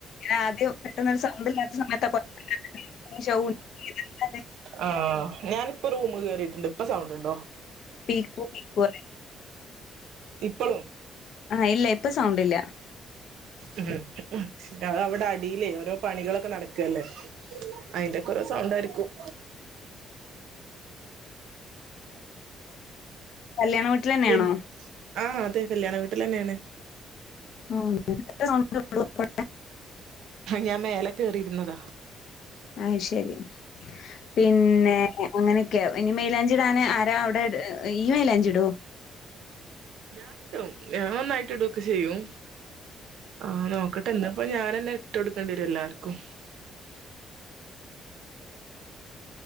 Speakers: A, on the left; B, on the right.
A: ആദ്യം പെട്ടെന്നൊരു സൗണ്ടില്ലാത്ത സമയത്തൊക്ക <inaudible> <unintelligible>
B: ആഹ് ഞാനിപ്പ റൂമ്കേറിട്ട്ണ്ട് ഇപ്പ സൗണ്ടിണ്ടോ
A: പീക്കൂ പീക്കു പറയണ്ട്
B: ഇപ്പളു
A: ആഹ് ഇല്ല ഇപ്പൊ സൗണ്ടില്ല
B: ഉം അതവടെ അടീലെ ഓരോ പണികളൊക്കെ നടക്കുവല്ലേ അയിന്റെക്കൊറ സൗണ്ടാരിക്കും
A: കല്യാണവീട്ടിലന്നെയാണോ
B: പിൻ ആഹ് അതെ കല്യാണ വീട്ടിലന്നെയാണ്
A: ഓഹ് നേരത്തെ സൗണ്ട് ഇപ്പളു <inaudible>
B: ഞാൻ മേലെ കേറിരുന്നതാ
A: അയ്ശരി പിന്നെ അങ്ങനൊക്കെയ ഇനി മെയിലാഞ്ചിടാന് ആരാ അവിടെ ഇട് ഈയ് മെയ്ലാഞ്ചിടോ
B: ഞാനിടും ഞാൻനന്നായിട്ട് ഇടുക്കെ ചെയ്യും ആഹ് നോ ക്കട്ടെ എന്നിപ്പൊ ഞാനന്നെ ഇട്ട് കൊടുക്കണ്ടിരും എല്ലാർക്കും